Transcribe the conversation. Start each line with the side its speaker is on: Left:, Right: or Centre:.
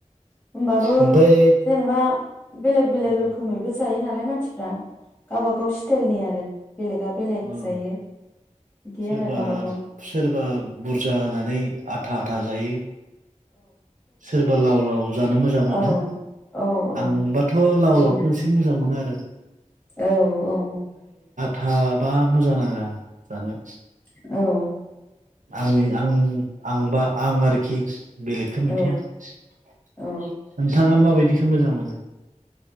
Left: होनबाबो
Right: ओमफ्राय
Left: जेनेबा बेलेग बेलेग
Right: उम,
Left: रोखोमैबो जायो नालाय मानसिफ्रा गावबा गाव सिटेयलनि आरो बेलेगा बेलेग
Right: औ
Left: जायो बिदि
Right: सोरबा
Left: आरो गावबा गाव
Right: सोरबा बुरजा होनानै आथा आथा जायो सोरबा लाव लाव जानो मोजां मोनो
Left: औ औ औ
Right: आंबाथ लाव
Left: बिदिनो
Right: लावखौ एसे मोजां मोनो आरो
Left: औ औ औ
Right: थाबा मोजां नाङा जानो
Left: औ
Right: आंनि आं आंबा आं आरोखि बेलेगखो मिथिया
Left: औ
Right: नोंथाङा
Left: औ
Right: माबायदि? मोजां मोनो